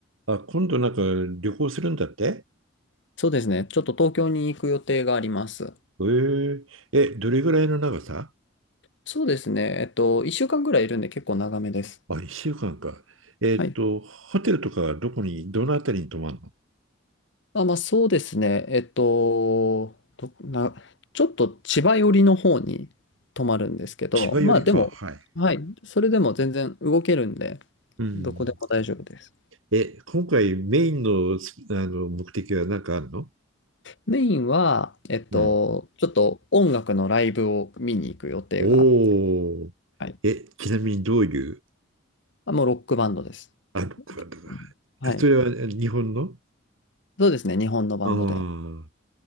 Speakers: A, on the right (about 75°); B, on the left (about 60°).
A: あ、今度なんか旅行するんだって
B: そうですね。ちょっと東京に行く予定があります。
A: えー、え、どれぐらいの長さ
B: そうですね。えっと、1週間ぐらいいるんで結構長めです。
A: あ、1週間かんか。えーっと、
B: はい。
A: ホテルとかどこに、どのあたりに泊まるの
B: あ、まあそうですね。えっと、どな、ちょっと千葉寄りの方に泊まるんですけど、
A: 千葉寄りか。
B: まあでも、
A: はい。
B: はい。それでも全然動けるんで、
A: うん。
B: どこでも大丈夫です。
A: え、今回メインの、すあの目的は何かあるの
B: メインは、えっと、
A: うん。
B: ちょっと音楽のライブを見に行く予定が、
A: おお
B: はい。
A: え、ちなみにどういう
B: あ、もうロックバンドです。
A: あのクワッドが
B: うんはい。
A: それはえ日本の
B: そうですね。日本のバンドで。
A: あー